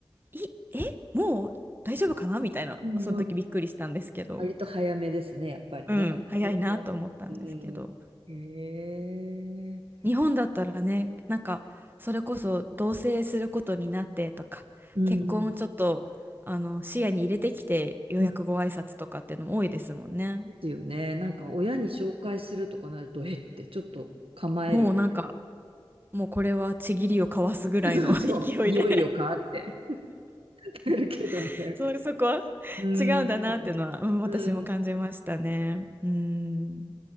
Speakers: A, on the right; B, on the right.
A: い、え、もう大丈夫かなみたいな。
B: うん
A: その時びっくりしたんですけど。
B: 割と早めですね、やっぱりね。
A: うん、早いなと思ったんですけど。
B: うん。うんへえ。
A: 日本だったらね、なんか、それこそ同棲することになってとか、
B: うんうん。
A: 結婚をちょっと、あの、視野に入れてきて、ようやくご挨拶とかっていうのも多いですもんね。
B: うんですよね。なんか親に紹介するとかなると、えってちょっと構える。
A: もうなんか、もうこれはちぎりを交わすぐらいの
B: <laughs> そうそう。
A: <laughs> 勢いで
B: いよいよかって <laughs>。なるけどね。
A: <laughs> そ、そこは
B: うん。
A: 違うんだなっていうのは、うん、私も感じましたね。
B: うん
A: うん。